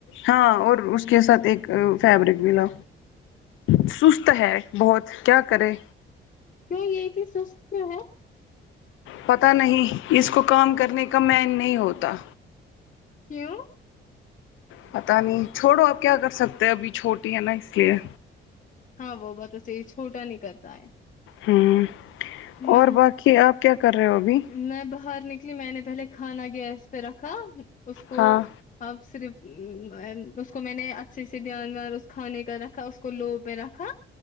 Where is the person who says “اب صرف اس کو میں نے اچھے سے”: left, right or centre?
Left